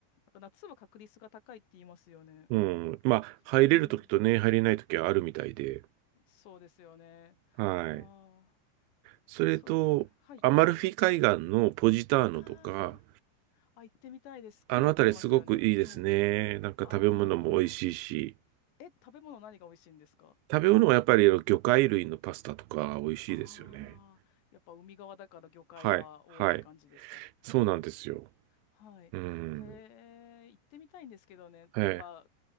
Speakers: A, on the left; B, on the right.
A: か夏は確率が高いって言いますよね。
B: うん。まあ、入れるときとね、
A: うん。
B: 入れないときはあるみたいで。
A: そうですよね。
B: はい。
A: ああ、
B: それと、
A: それ、はい。
B: アマルフィ海岸のポジターノとか、
A: ああ、あ、行ってみたいです。綺麗って言いますよね。
B: あのあたりすごくいいですね。
A: はい。
B: なんか食べ物も美味しいし、
A: ああ、え、食べ物何が美味しいんですか
B: 食べ物はやっぱりあの魚介類のパスタとか美味しいですよね。
A: ああー、やっぱ海側だから魚介が多いって感じですか
B: はい。はい。そうなんですよ。
A: はい。
B: うん。
A: へえ、行ってみたいんですけどね。
B: はい。
A: やっぱ、